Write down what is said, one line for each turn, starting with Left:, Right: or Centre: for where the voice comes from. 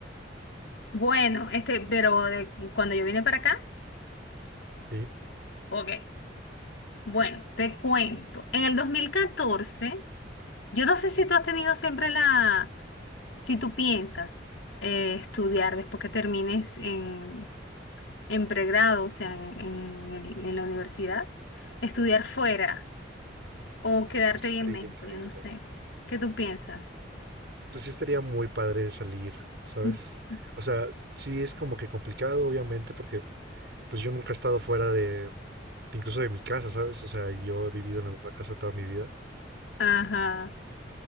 Left: Bueno, este, pero de- cuando yo vine para acá,
Right: ¿sí?
Left: ok, bueno, te cuento. En el 2014, yo no sé si tú has tenido siempre la, si tú piensas eh, estudiar después que termines en, en pregrado, o sea, en, en el- en la universidad, estudiar fuera o quedarte
Right: Eso
Left: ahí
Right: estaría
Left: en México,
Right: increíble.
Left: yo no sé. ¿Qué tú piensas?
Right: Pues sí estaría muy padre salir, ¿sabes?
Left: <laughs>
Right: O sea, sí es como que complicado, obviamente, porque pues yo nunca he estado fuera de, incluso de mi casa, ¿sabes? O sea, yo he vivido en la misma casa toda mi vida.
Left: Ajá.